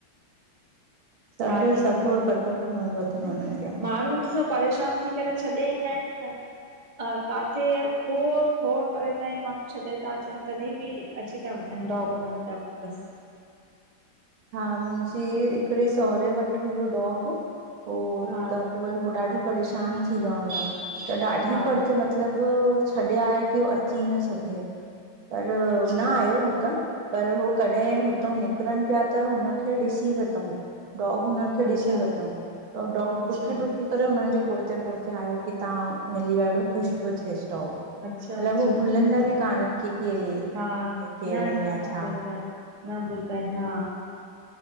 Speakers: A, on the right; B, on the right.
A: सभु
B: ॾाढी
A: सभु पतो पवंदो अथनि उंहिन खे
B: माण्हूँ ॾिसो परेशान थी करे छॾे ईंदा इनि न आ काथे खोड़ खोड़ परे ताईं माण्हूँ छॾे ता अचनि तॾी ॿि‌ अची ता वंञंनि डॉग उन्हन ॼा वापस।
A: हा मुंॼे हिकिड़े सहुरे वट हुयो डॉग उहो
B: हा
A: त पो वरी हो ॾाढो परेशान थी विया हुया त ॾाढी
B: हा
A: पर तेे मति लब छॾे आया की हो अच्ची न सघे पर
B: अच्छा
A: न आयो हु त पर हो कॾहिं हुतउ निकरन पिया त हुनखे ॾिसी वतऊं डॉग हुननि खे
B: अच्छा
A: ॾिसी वतंऊं त हो डॉग
B: अच्छा
A: ॾु्की ॾु्की की करे हुननि ॼे पुड़ते पुड़ते आयो कि तहां मिली विया एॾो ख़ुश पियो थिएस डाॻ।
B: अच्छा अच्छा
A: लब हू भुलन्दा
B: अच्छा
A: ॿि कान्हन इनि की के
B: हा
A: हे केर
B: न
A: इन
B: न
A: या
B: न
A: छा
B: भुलंदा आहिनि न भुलदा हा।